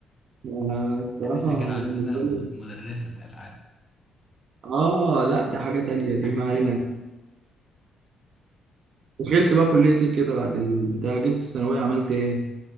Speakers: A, on the right; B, on the left.
A: أنا الصراحه
B: احنا كان عندنا
A: بالنسبه
B: مد-
A: لي
B: مدرسة العاب
A: اه لا دي حاجه تانية دي
B: <laughs>
A: ما علينا دخلت بقى كليه ايه كده بعد البتاع جبت الثانويه عملت ايه